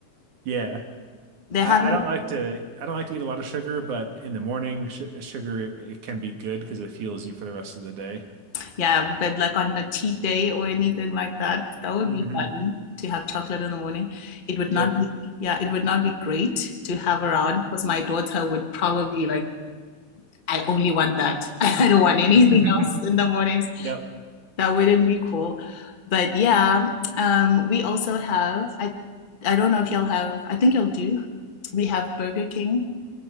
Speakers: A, on the right; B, on the left.
A: Yeah.
B: They have
A: I,
B: it.
A: I don't like to I don't like to eat a lot of sugar, but in the morning sh sugar it, it can be good because it fuels you for the rest of the day.
B: Yeah, but like on a cheat day or anything like that, that would
A: hmm
B: be fun to have chocolate in the morning. It would
A: Yep.
B: not be, yeah, it would not be great to have around because my daughter would probably like, I only want that. <laughs> I don't want anything
A: <laughs>
B: else in the mornings.
A: Yep.
B: That wouldn't be cool. But yeah, um, we also have, I, I don't know if y'all have, I think y'all do. We have Burger King